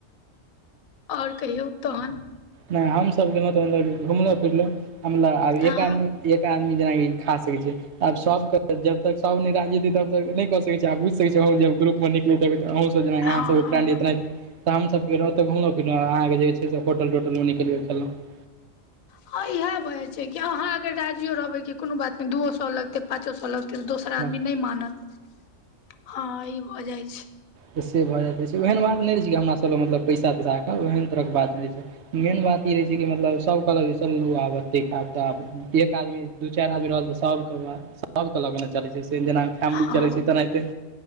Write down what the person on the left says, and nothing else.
और कहियौ तहन?
अहाँ
हँ
हँ
ह इहे भ जाय छै कि अहाँ अगर राजियो रहबै कि कोनो बात में दूओ सौ लगतै पाँचो सौ लगतै त दोसर
आदमी नै मानत ह ई भ जै छै।
हँ